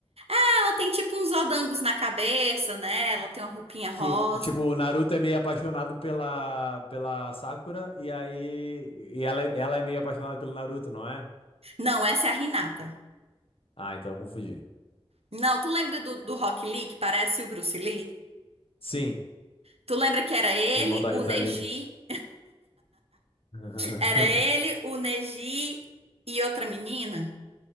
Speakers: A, on the right; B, on the left.
A: Ela tem tipo uns odangos na cabeça, né? Ela tem uma roupinha rosa.
B: Que, tipo, o Naruto é meio apaixonado pela, pela Sakura e aí e ela, ela é meio apaixonada pelo Naruto, não é?
A: Não, essa é a Renata.
B: Ah, então eu confundi.
A: Não, tu lembra do, do Rock Lee, que parece o Bruce Lee?
B: Sim,
A: Tu lembra que era ele,
B: irmão da Rita
A: o Neji,
B: Lee. <laughs>
A: era ele, o Neji e outra menina?